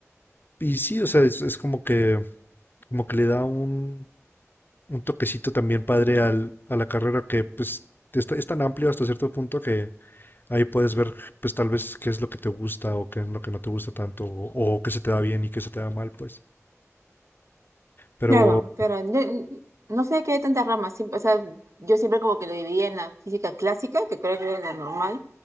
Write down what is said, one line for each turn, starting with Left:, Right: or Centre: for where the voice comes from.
Left: y sí, o sea, es, es como que, como que le da un, un toquecito también padre al, a la carrera que pues es, ta- es tan amplio hasta cierto punto que, Ahí puedes ver, pues tal vez qué es lo que te gusta o qué es lo que no te gusta tanto o, o qué se te da bien y qué se te da mal, pues. Pero
Right: Claro, claro. No, no sé qué hay tantas ramas. Siempre, o sea, yo siempre como que lo dividía en la física clásica, que creo que era la normal,